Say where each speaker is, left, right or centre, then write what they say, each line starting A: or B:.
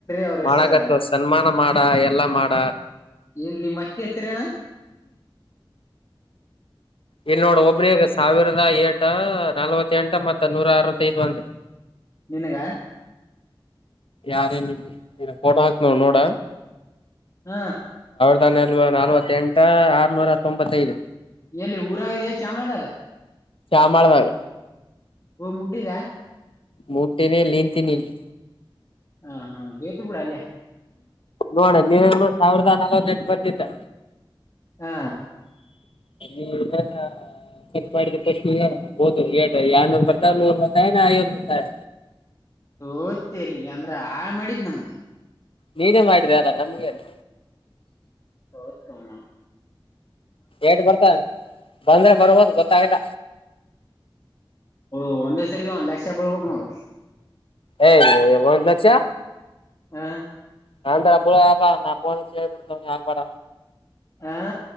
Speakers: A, on the left; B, on the left.
A: ಅವ್ರ
B: ಮಾಡಕತ್ತು
A: ಹೆಸರ
B: ಸನ್ಮಾನ ಮಾಡ ಎಲ್ಲಾ ಮಾಡ
A: ಎಲ್ಲಿ ನಿಮ್ ಅತ್ತಿ ಹೆಸರೇನಾ
B: ಇಲ್ಲಿ ನೋಡ್ ಒಬ್ಬ್ರಗ ಸಾವಿರದ ಏ ಎಟ ನಲ್ವತ್ತ ಎಂಟ ಮತ್ತ ನೂರ ಅರವತ್ತೈಐದು ಒಂದು
A: ನಿನುಗ
B: ಯಾರೇನು ಫೋಟೋ ಹಾಕ್ ನೋ ನೋಡ
A: ಹ್ಮ
B: ನ ನಲ್ವ ನಲ್ವತ್ತೆಂಟ ಆರ್ನೂರ ತೊಂಬತ್ತೈದು
A: ಏನ್ ಊರಾಗಿದ ಚಾಮಂದಾಗ
B: ಶಾಮಾಳನಾಗ
A: ಓ ಮುಟ್ಟಿದಾ
B: ಮೂಟ್ಟೆನ ನಿಂತೀನಿ ಇಲ್ಲಿ
A: ಹಾ ಹಾ ೇತು ಬಿೂಡ ಅಲ್ಲಯ
B: ನೋಡ ನೀ ಸಾವಿರದ ನಲವತ್ತ ಎಂಟು ಬತ್ತತೆ
A: ಹಾ
B: <inaudible> ಕತ್ ಮಾಡಿದ ಪಕ್ಷಿ ಹಓದು ೇಟ ಯಏನ್ೊನ್ ಬರ್ತಾಲ್ಲೂರ್ ಬರ್ತಾರೆ ನಾ ಅಯ್ಯೋನ್ ಬರ್ತಾರೆ
A: ಹೋತರಿಗೆ ಅಂದ್ರೆ ಹಾಳ ಮಾಡಿದ್ ನಮಗೆ
B: ನೀನೇ ಮಾಡಿದಲ್ಲ ನಮಗೆ ಅಲ್ಲ
A: ಬತ್ತಣ
B: ಎಟ್ ಬರ್ತಾರೆ ಬಂದ್ರೆ ಬರ್ಬೋದು ಗೊತ್ತಾಗಲ್ಲ
A: ಓ ಒಂದ ಸರಿಗೆ ಒಂದ್ ಲಕ್ಷ ಬಳ್ಬೇಕಕ್ ನೋಡ
B: ಏಯ ಒ ಲಕ್ಷಾ
A: ಹಾ
B: ನಾಂತ ಅಬಳಪಾ ನಾ ಪನೆ ಚಿಬಡ್ತ ಯಾಕ ಬಡ
A: ಹಾ